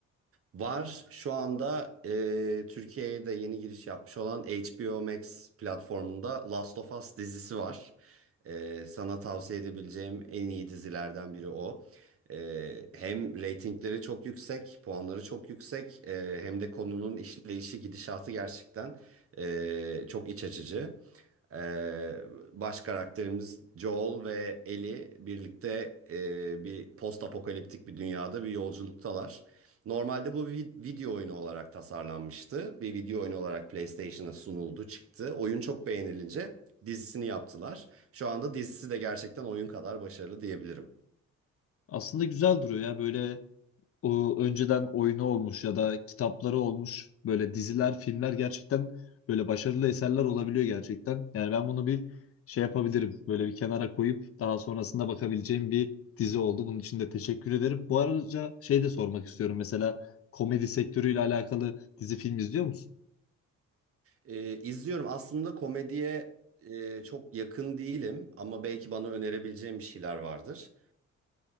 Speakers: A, on the right; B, on the left.
A: Var şu anda e, Türkiye'ye de yeni giriş yapmış olan HBO Max platformunda Last of Us dizisi var. E, sana tavsiye edebileceğim en iyi dizilerden biri o. E, hem reytingleri çok yüksek, puanları çok yüksek, e, hem de konunun işleyişi, gidişatı gerçekten e, çok iç açıcı. Ee, baş karakterimiz Joel ve Ellie birlikte e, bir post apokaliptik bir dünyada bir yolculuktalar. Normalde bu bir video oyunu olarak tasarlanmıştı. Bir video oyunu olarak PlayStation'a sunuldu, çıktı. Oyun çok beğenilince dizisini yaptılar. Şu anda dizisi de gerçekten oyun kadar başarılı diyebilirim.
B: Aslında güzel duruyor ya böyle o önceden oyunu olmuş ya da kitapları olmuş böyle diziler, filmler gerçekten böyle başarılı eserler olabiliyor gerçekten. Yani ben bunu bir şey yapabilirim. Böyle bir kenara koyup daha sonrasında bakabileceğim bir dizi oldu. Bunun için de teşekkür ederim. Bu arada şey de sormak istiyorum. Mesela komedi sektörüyle alakalı dizi film izliyor musun?
A: Ee, izliyorum. Aslında komediye e, çok yakın değilim ama belki bana önerebileceğim bir şeyler vardır.